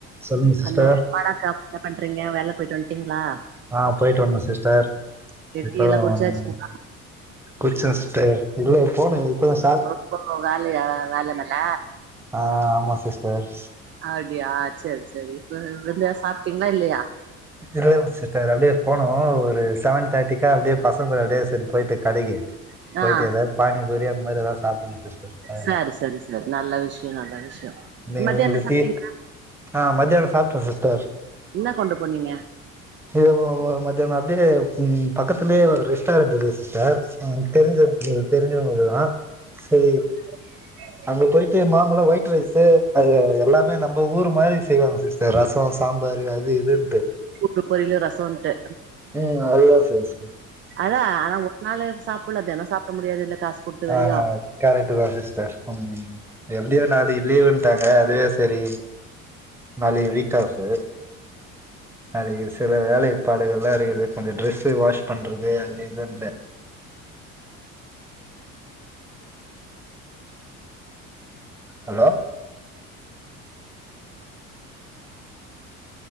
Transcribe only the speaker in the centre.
சொல்லுங்க
sister
ஆ பொயிட்டு வந்தோ சிஸ்டர் இப்பதா
வந்தோ புடிச்ச சிஸ்டர் இல்ல ஏ போன இப்பதா சார்
ஆ ஆமா சிஸ்டர்
இல்லம் சிஸ்டர் அப்டியே போனூ ஒரு செவன் தேட்டிக்கா அப்டியே பசங்க கூட அப்டியே சரி பொயிட்டு கடைக்கி பொயிட்டு
எதா பானி பூரி அந்த மாரி எதா சாப்புட்ணு சிஸ்டர் அதெல்லா
நீங்க
உங்களுக்கு
டீ ஆ மதியானோ சாப்ட சிஸ்டர்
இது ஒ ஒ மதியானோ அப்டியே ம் பக்கத்துலயே ஒரு ரெஸ்டாரெண்ட் இருக்கு சிஸ்டர் ஆ தெரிஞ்ச தெரிஞ்சவங்கள்துதா சே
அங்க பொயிட்டு மாமலா ஒயிட் ரைஸு அது எல்லாமே நம்ப ஊர் மாரி செய்வாங்க சிஸ் டர் ரசோ சாம்பாரு அது இதுன்ட்
உம் அதேதா சிஸ்
ஆ கரெட்டுதா சிஸ்டர் ம் எப்டியோ நாளைக்கி லீவுன்டாங்க அதுவே சரி நாளைக்கி வீக் ஆஃபு நாளைக்கி சில வேலைப்பாடுகள்லா இருக்குது கொஞ்சொ ட்ரெஸ்ஷு வாஸ் பண்றது அது இதுன்னு ஹலோ